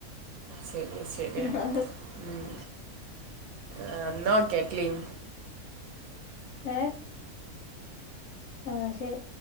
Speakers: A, on the right; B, on the left.
A: ശരിയാ ശരിയാ
B: <unintelligible> ആ
A: ഉം. ആ ന്നാ ഓക്കെ ക്ലീൻ
B: ഏ ആ ശരി